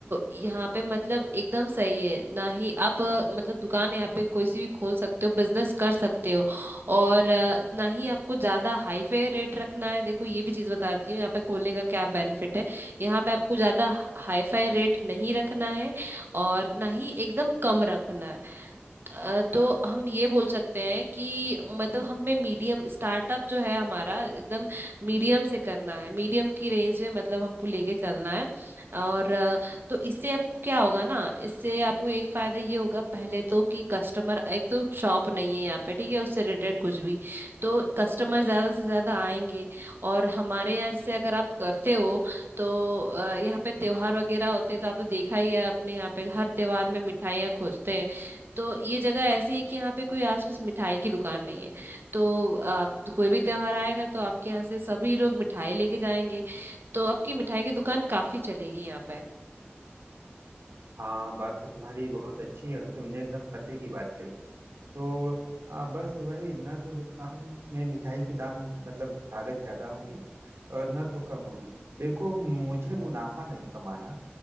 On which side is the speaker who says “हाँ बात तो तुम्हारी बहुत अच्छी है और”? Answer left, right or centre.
Right